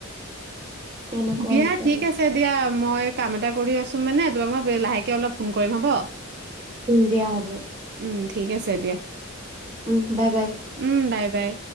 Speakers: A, on the right; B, on the right.
A: তেনেকুৱা
B: দিয়া
A: হৈছে
B: ঠিক
A: আমাৰ
B: আছে দিয়া। মই কাম এটা কৰি আছো মানে তোমাক মই লাহেকে অলপ ফোন কৰিম হ'ব।
A: উম দিয়া হ'ব।
B: উম ঠিক আছে, দিয়া।
A: উম বাই বাই।
B: উম বাই বাই